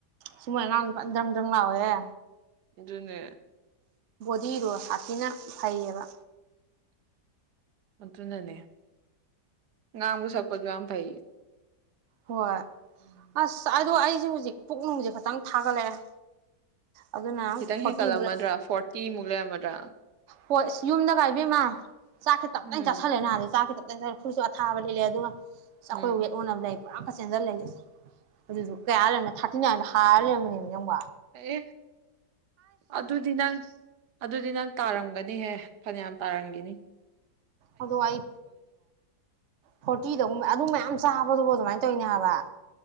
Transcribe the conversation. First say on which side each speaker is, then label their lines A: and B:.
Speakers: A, on the right (about 60°); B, on the right (about 75°).
A: ꯁꯨꯝꯃ ꯂ ꯄꯟꯔꯝꯗꯪꯂꯑꯦ
B: ꯑꯗꯨꯅꯦ
A: ꯗꯤꯔ ꯍꯥꯄꯤꯅ ꯐꯩꯌꯦꯕ
B: ꯑꯗꯨꯅꯅꯦ ꯉꯥꯡꯕꯨ ꯁꯛꯄꯁꯨ ꯌꯥꯝ ꯐꯩ
A: ꯍꯣꯏ ꯑꯁ ꯑꯗꯣ ꯑꯩꯁꯦ ꯍꯧꯖꯤꯛ ꯄꯨꯛ ꯅꯨꯡꯁꯦ ꯈꯈꯤꯇꯪ ꯊꯥꯒꯠꯂꯛꯑꯦ ꯑꯗꯨꯅ
B: ꯈꯤꯇꯪ
A: ꯐꯣꯔꯇꯤꯃꯨꯛ
B: ꯍꯦꯟꯀꯠꯂꯝꯃꯗ꯭ꯔꯥ
A: ꯂꯩ
B: ꯐꯣꯔꯇꯤꯃꯨꯛ ꯂꯩꯔꯝꯃꯗ꯭ꯔꯥ
A: ꯍꯣꯏ ꯑꯁ ꯌꯨꯝꯗ ꯀꯥꯏꯕꯤꯃ ꯆꯥꯛꯁꯦ ꯇꯞ ꯇꯅ
B: ꯎꯝ
A: ꯆꯥꯁꯤꯜꯂꯦ ꯅꯍꯥꯟꯗ ꯆꯥꯛ ꯐꯨꯁꯨ ꯑꯊꯥꯕ ꯂꯤꯂꯦ ꯑꯗꯨꯒ ꯆ ꯑꯩꯈꯣꯏ
B: ꯎꯝ
A: ꯋꯦꯠ ꯑꯣꯅꯕ ꯂꯩ ꯄꯨꯥꯡ ꯀꯆꯦꯟꯗ ꯂꯩ ꯑꯗꯨꯗꯨ ꯀꯌꯥ ꯂꯩꯔꯝꯅ ꯊꯥꯔꯇꯤ ꯅꯥꯏꯟꯗ ꯍꯥꯏꯔ ꯂꯩꯔꯝꯕꯅꯦꯕ ꯌꯦꯡꯕ
B: ꯑꯦ ꯑꯗꯨ ꯑꯗꯨꯗꯤꯅ ꯑꯗꯨꯗꯤꯅ ꯇꯥꯔꯝꯒꯅꯤꯍꯦ ꯐꯅꯌꯥꯝ ꯇꯥꯔꯝꯒꯅꯤ
A: ꯑ ꯑꯩ ꯐꯣꯔꯇꯤꯗꯨꯝꯕ ꯑꯗꯨ ꯃꯌꯥꯝ ꯆꯥꯕꯗꯨꯕꯣ ꯑꯗꯨꯃꯥꯏꯅ ꯇꯧꯅꯦ ꯍꯥꯏꯕ